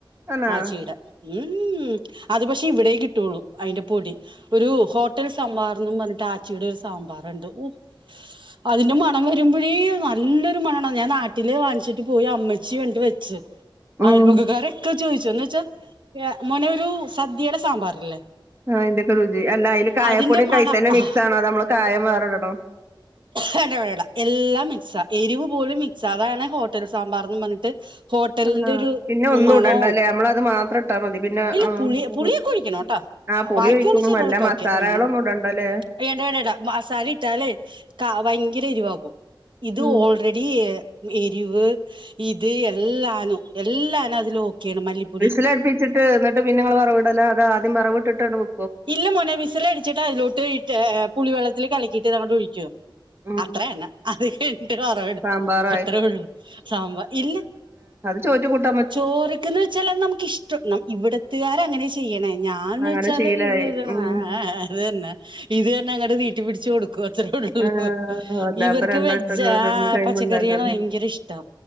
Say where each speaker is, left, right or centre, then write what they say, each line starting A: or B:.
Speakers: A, on the right; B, on the right.
A: തന്നെ
B: ആചീടെ ഉം അത് പക്ഷേ ഇവിടെ കിട്ടുള്ളൂ അതിന്റെ പൊടി ഒരു ഹോട്ടൽ സ സാമ്പാർന്നും പറഞ്ഞിട്ട് ആച്ചിടെ ഒരു സാമ്പാറണ്ട് ഓഹ് അതിന്റെ മണം വരുമ്പോഴേ നല്ലൊരു മണണ ഞാൻ നാട്ടില് വാങ്ങിച്ചിട്ട് പോയി അമ്മച്ചി വേണ്ടി വെച്ച ച്ച് ആയൽബക്കക്കാരൊക്കെ
A: ഉം
B: ചോദിച്ചു എന്ന് വെച്ചാ മോനെ ഒരു സദ്യയുടെ സാമ്പാറില്ലേ
A: ആഹ് അയ്ന്റെക്കെ രുചി അല്ല അതില് കായപ്പൊടിക്കായിതന്നെ
B: അതിന്റെ മണം ആ
A: മിക്സ് ആണോ നമ്മള് കായം വേറടണോ
B: വേണ്ട വേണ്ട എല്ലാം മിക്സ എരിവ് പോലും മിക്സ അതാണ് ഹോട്ടൽ സാമ്പാർന്ന് പറഞ്ഞിട്ട് ഹോട്ടലിന്റെ
A: ആഹ്
B: ഒരു
A: പിന്നെ ഒന്നും
B: മണവും
A: ഇടണ്ടല്ലേ നമ്മളത് മാത്രം ഇട്ടാ മതി പിന്നെ
B: ഇല്ല
A: ആഹ്
B: പുളി
A: <unintelligible>
B: പുളിയൊക്കെ ഒഴിക്കണം കേട്ടോ
A: ആഹ് പുളി
B: ബാക്കിയുള്ള
A: ഒഴിക്കും
B: ചേരുവകളൊക്കെ
A: നല്ല മസാലകളൊന്നും
B: ഓക്കെ ഉം
A: ഇടണ്ടല്ലെ
B: വേണ്ട വേണ്ടണ്ടാ മസാല ഇട്ടാലേ ക ഭയങ്കര ഇരിവാകും ഇത്
A: ഉം
B: ഓൾ റെടി എരിവ് ഇത് എല്ലാന്നും എല്ലാന്നും അതിൽ ഓക്കെയാണ് മല്ലിപ്പ
A: വിസ്സിലടുപ്പിച്ചിട്ട് എന്നിട്ട് പിന്നെ നിങ്ങള് വറവ്ടല അതോ ആദ്യം വറവിട്ടിട്ടാണ്ട് വെ
B: ഇല്ല മൊനെ വിസലടിച്ചിട്ട് അതിലോട്ട് ഇട്ട് പുളിവെള്ളത്തില് കലക്കിട്ട് അതങ്ങട്ട് ഒഴിക്കു
A: ഉം
B: അത്രന്നേ അത് കയ്ഞ്ഞിട്ട് വറവിട
A: സാമ്പാറായി
B: അത്രേ ഉള്ളൂ സാമ്പാ ഇല്ല
A: ചോറ്റു കൂട്ട
B: ചോറിക്കന്ന് വെച്ചാല നമുക്ക് ഇഷ്ടം ഇവിടത്തുകാര അങ്ങനെ ചെയ്യണേ ഞാൻ ന്ന്
A: അങ്ങനെ
B: വെച്ചാല്
A: ശീലായി.
B: ഇത്
A: ഉം.
B: ആഹ് ആഹ് അത് തന്നെ ഇത് തന്നെ അങ്ങട്ട് നീട്ടി പിടിച് കൊടുക്ക വച്ചുകൊടുക്കുള്ളൂ
A: ആഹ് അല്ലാപ്പൊ
B: ഇവർക്ക്
A: രണ്ടുവട്ടൊക്കെ
B: വെജ് ആ
A: രണ്ട് ടൈം
B: പച്ചക്കറിയള്
A: ഉണ്ടാക്കാന്ന്.
B: ഭയങ്കര ഇഷ്ടം